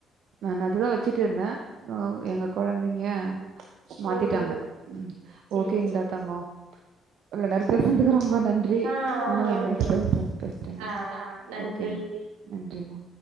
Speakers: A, on the right; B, on the right.
A: நான் அதுதா வெச்சிட்டு இருந்தே தோ எங்க குழந்தைங்க மாத்திட்டாங்க
B: ம்
A: ம்
B: சேரி
A: ஓகேங்களா
B: சேரி
A: தங்கோ கொஞ்ச நேர் பேசுனதுக்கு ரொம்ப நன்றி
B: ஆ okay okay
A: next time call பேசுறேங்க்கா
B: ஆ நன்றி
A: ஓகேங் நன்றிமா